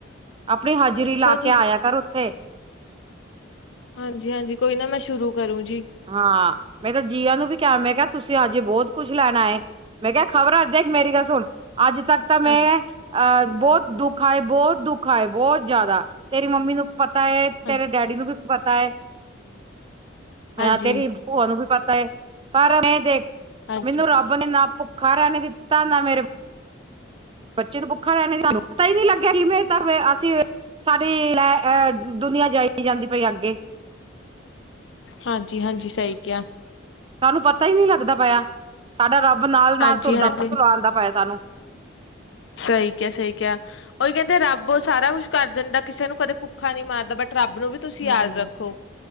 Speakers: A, on the right; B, on the left.
A: ਆਪਣੀ ਹਾਜ਼ਰੀ
B: ਅੱਛਾ
A: ਲਾ
B: ਜੀ
A: ਕੇ ਆਇਆ ਕਰ ਉੱਥੇ
B: ਹਾਂਜੀ ਹਾਂਜੀ ਕੋਈ ਨਾ ਮੈਂ ਸ਼ੁਰੂ ਕਰੂੰ ਜੀ
A: ਹਾਂ ਮੈਂ ਤਾਂ ਜੀਆਂ ਨੂੰ ਵੀ ਕਿਹਾ ਮੈਂ ਕਿਹਾ ਤੁਸੀਂ ਹਜੇ ਬਹੁਤ ਕੁਝ ਲੈਣਾ ਹੈ ਮੈਂ ਕਿਹਾ ਖ਼ਬਰਾਂ ਦੇਖ ਮੇਰੀ ਗੱਲ ਸੁ ਹਣ ਅੱਜ ਤੱਕ ਤਾਂ ਮੈਂ
B: ਹਾਂਜੀ
A: ਅਹ ਬਹੁਤ ਦੁੱਖਏ ਬਹੁਤ ਦੁੱਖਏ ਬਹੁਤ ਜ਼ਿਆਦਾ ਤੇਰੀ ਮੰਮੀ ਨੂੰ ਪਤਾ ਹੈ
B: ਹਾਂਜੀ,
A: ਤੇਰੇ ਡੈਡੀ ਨੂੰ ਵੀ ਪਤਾ ਹੈ
B: ਹਾਂਜੀ,
A: ਹ ਤੇਰੀ ਭੂਆ ਨੂੰ ਵੀ ਪਤਾ ਹੈ ਪਰ ਮੈਂ ਦੇਖ
B: ਹਾਂਜੀ,
A: ਮੈਨੂੰ ਰੱਬ ਬ ਨੇ ਨਾ ਭੁੱਖਾ ਰਹਿ ਨੇ ਦਿੱਤਾ ਨਾ ਮੇਰੇ ਬੱਚੇ ਨੂੰ ਭੁੱਖਾ ਰਹਿਣੇ ਦੀ ਪਤਾ ਹੀ ਨਹੀ ਲੱਗਿਆ ਕਿਵੇਂ ਅਸੀਂ ਸਾਡੀ ਲੈ ਅਹ ਦੁਨੀਆਂ ਜਾਈ ਜਾਂਦੀ ਪਈ ਅੱਗੇ
B: ਹਾਂਜੀ ਹਾਂਜੀ ਸਹੀ ਕਿਹਾ
A: ਸਾਨੂੰ ਪਤਾ ਹੀ ਨਹੀ ਲੱਗਦਾ ਪਆ ਸਾਡਾ ਰੱਬ ਨਾਲ ਨਾਲ
B: ਹਾਂਜੀ,
A: ਤੁਰਦਾ
B: ਹਾਂਜੀ
A: ਤੁਰਵਾਉਣ ਦਾ ਪਾਇਆ ਸਾਨੂੰ
B: ਸਹੀ ਕ ਸਹੀ ਕਿਹਾ ਹੈ ਉਹੀ ਕਹਿੰਦੇ ਰੱਬ ਸਾਰਾ ਕੁੱਛ ਕਰ ਦਿੰਦਾ ਕਿਸੇ ਨੂੰ ਕਦੇ ਔਖਾ ਨਹੀਂ ਮਾਰਦਾ ਬਟ ਰੱਬ ਨੂੰ ਵੀ ਤੁਸੀਂ ਯਾਦ ਰੱਖੋ